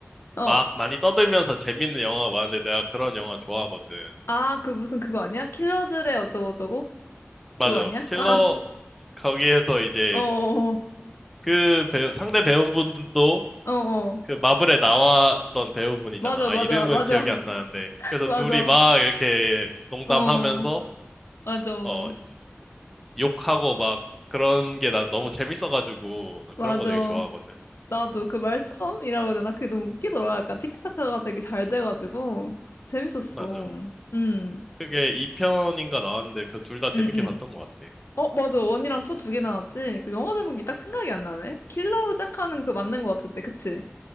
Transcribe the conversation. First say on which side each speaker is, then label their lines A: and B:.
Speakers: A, on the left; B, in the centre.
A: 어.
B: 막 많이 떠들면서 재밌는 영화가 많은데 내가 그런 영화 좋아하거든.
A: 아, 그 무슨 그거 아니야? 킬러들의 어쩌고저쩌고?
B: 맞아.
A: 그거 아니야?
B: 킬러
A: 아,
B: 거기에서 이제
A: 어, 어,
B: 그 배우, 상대 배우분들도
A: 어, 어. 어.
B: 그 마블에 나왔던 배우분이잖아.
A: 맞아,
B: 아,
A: 맞아,
B: 이름은
A: 맞아.
B: 기억이 안 나는데.
A: <laughs>
B: 그래서
A: 맞아.
B: 둘이 막 이렇게 농담하면서
A: 어, 맞아.
B: 어, 욕하고 막 그런 게 난 너무 재밌어가지고 나
A: 맞아.
B: 그런 거 되게 좋아하거든.
A: 나도 그 말싸움이라고 해야 되나? 그게 너무 웃기더라. 약간 티키타카가 되게 잘 돼가지고 재밌었어.
B: 맞아.
A: 음, 음,
B: 그게 2편인가 나왔는데 그 둘 다 재밌게
A: 음.
B: 봤던 것 같아.
A: 어, 맞아. 원이랑 투 두 개 나왔지? 그 영화 제목이 딱 생각이 안 나네. 킬러로 시작하는 그 맞는 것 같은데, 그치?